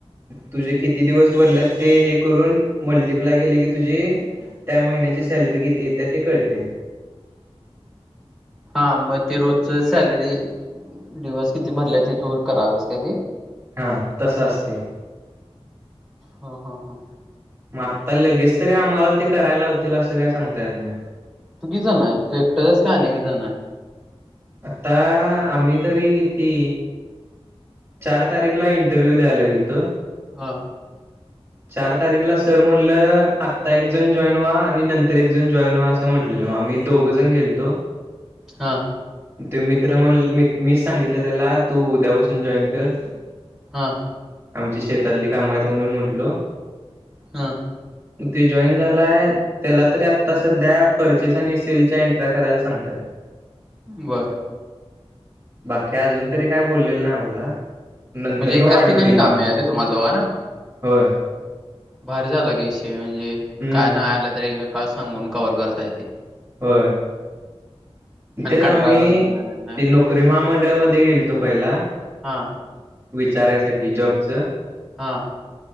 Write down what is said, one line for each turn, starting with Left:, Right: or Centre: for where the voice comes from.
Right: तुझे किती दिवस भरलेत ते हे करून मल्टिप्लाय केले की तुझे त्या महिन्याची सॅलरी किती येत्या ते कळते.
Centre: हा मग ते रोजच सॅलरी दिवस किती भरल्यात ते तू करालास काय ते?
Right: हा, तस असते.
Centre: हा, हा, हा.
Right: म आत्ता लगेच तरी, आम्हाला ते करायला लावतील, असं काय सांगता येत नाही?
Centre: तू किती जन हायत? तू एकटाच आहेस का आणि एक जण आहे?
Right: आता आम्ही तरी किती? चार तारीखला, इंटरव्ह्यू द्यायला गेलतो.
Centre: हा.
Right: चार तारीखला सर म्हणलं, आता एक जण जॉईन व्हा, आणि नंतर एक जण जॉईन व्हा अस स म्हटलेलं, म आम्ही दोघं जण गेलतो..
Centre: हा.
Right: त्यो मित्र म्हणल मी मी सांगितलं त्याला, तू उद्यापासून जॉईन कर.
Centre: हा.
Right: आमची शेतातली काम हायीत म्हणून म्हटलो.
Centre: ह
Right: ते जॉईन झालाय, त्याला तरी आता सध्या परचेस आणि सेलच्या एन्ट्र्या करायला सांगत्यात
Centre: बर
Right: बाकी अजून तरी काय बोललेल नाही मला नंतर
Centre: म्हणजे
Right: न
Centre: एकाच
Right: वाढवतील
Centre: ठिकाणी
Right: काम
Centre: मिळाले तुम्हाला दोघांना
Right: होय
Centre: भारी झाला विषय म्हणजे
Right: हम्म
Centre: काय नाय आल तरी एकमे का सांगून कवर करता येतय
Right: होय
Centre: आणि
Right: तेच
Centre: कंटाळा
Right: आम्ही
Centre: पण येत नाही नाही.
Right: ते नोकरी महामंडळ मध्ये गेलतो पहिला
Centre: हा
Right: चारायसाठी जॉबचं
Centre: हा